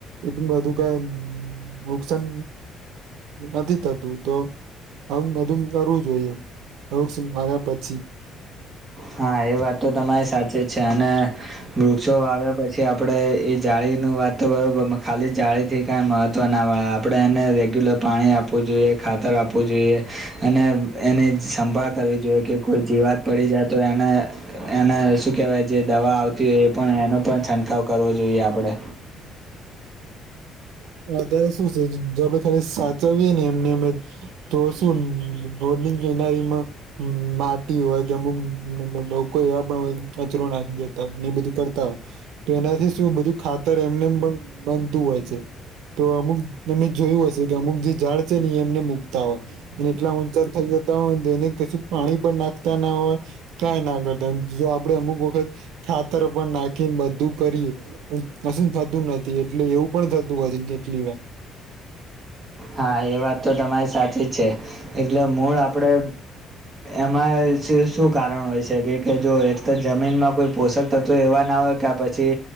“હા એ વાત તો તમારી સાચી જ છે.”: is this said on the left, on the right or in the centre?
Right